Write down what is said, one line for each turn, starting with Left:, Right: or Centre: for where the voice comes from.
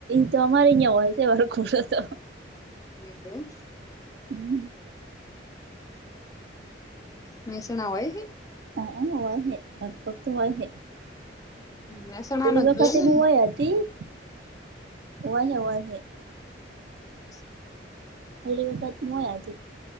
Right: તો અમારે અહિયાં હોય છે, વારો ખોડો તો
Left: એવું
Right: હમ
Left: મહેસાણા હોય
Right: હ વા હ લગભગ તો વા હ
Left: મહેસાણા
Right: ઓલી
Left: નો જોયો
Right: વખતે મુવાઈ
Left: ને
Right: હતી <inaudible>
Left: હમ
Right: ઓલી વખત હું હોય હતી